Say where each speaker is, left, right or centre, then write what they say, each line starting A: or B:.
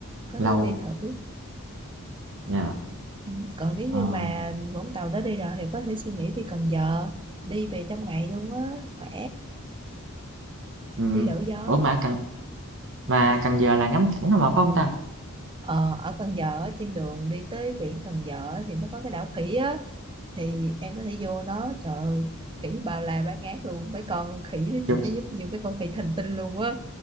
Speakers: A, on the right (about 20°); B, on the right (about 60°).
A: có
B: lâu.
A: thể đi thử
B: Dạ,
A: ừ. còn nếu như
B: ờ,
A: mà Vũng Tàu đó đi rồi thì có thể suy nghĩ đi Cần Giờ đi về trong ngày luôn á khỏe
B: ừm,
A: đi đổi gió
B: ủa mà Cần mà Cần Giờ là ngắm cảnh không mà, phải không ta?
A: Ờ, ở Cần Giờ á, trên đường đi tới biển Cần Giờ á, thì nó có cái đảo khỉ á thì em có thể vô đó trời ơi khỉ bao la bát ngát luôn mấy con khỉ đó chị
B: Kiểu,
A: thấy giống như mấy con khỉ thành tinh luôn á